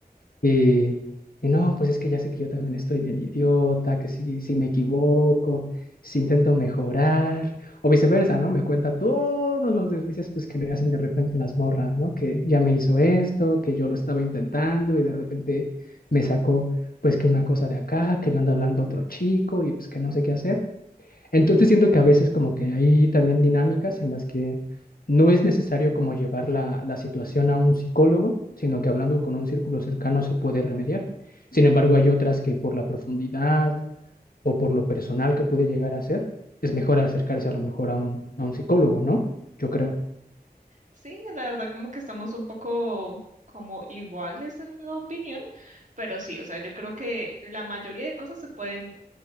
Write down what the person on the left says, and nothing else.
Y, y no, pues es que ya sé que yo también estoy bien idiota, que si, si me equivoco, si intento mejorar, o viceversa, ¿no? Me cuenta todos los deslices pues, que le hacen de repente las morras, ¿no? Que ya me hizo esto, que yo lo estaba intentando y de repente me sacó, pues que una cosa de acá, que le anda hablando a otro chico y pues que no sé qué hacer. Entonces siento que a veces como que hay también dinámicas en las que no es necesario como llevar la, la situación a un psicólogo, sino que hablando con un círculo cercano se puede remediar. Sin embargo, hay otras que por la profundidad o por lo personal que puede llegar a ser, es mejor acercarse a lo mejor a un, a un psicólogo, ¿no? Yo creo.